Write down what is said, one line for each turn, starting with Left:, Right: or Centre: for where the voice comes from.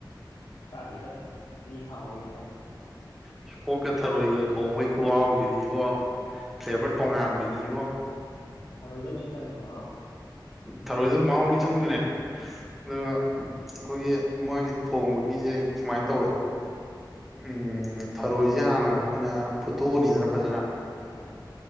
Left: ꯆꯥꯗ꯭ꯔꯤꯗꯥ ꯃꯤ ꯍꯥꯎꯋꯤꯗꯤ ꯍꯥꯏ
Centre: ꯑꯁ ꯑꯣꯛꯀ ꯊꯔꯣꯏꯒ ꯊꯣꯡꯕꯩ ꯀꯍꯥꯎꯁꯤꯗꯤꯕꯣ ꯐ꯭ꯂꯦꯕꯔ ꯇꯣꯉꯥꯟꯕꯅꯤꯕꯣ
Left: ꯎꯝ ꯊꯔꯣꯏꯗ ꯂꯣꯏ ꯆꯪꯕꯣ ꯅꯍꯥꯎ
Centre: ꯊꯔꯣꯏꯗꯨꯅ ꯃꯍꯥꯎ ꯂꯣꯏ ꯆꯪꯗꯣꯏꯅꯦ ꯑꯗꯨꯒ ꯑꯩꯈꯣꯏꯒꯤ ꯃꯥꯒꯤ ꯊꯣꯡꯕꯒꯤꯁꯦ ꯁꯨꯃꯥꯏꯅ ꯇꯧꯋꯦ ꯎꯝ ꯊꯔꯣꯏꯁꯦ ꯍꯥꯟꯅ ꯑꯩꯈꯣꯏꯅ ꯐꯨꯠꯇꯣꯛꯑꯅꯤꯗꯅ ꯐꯖꯅ
Left: ꯑꯥ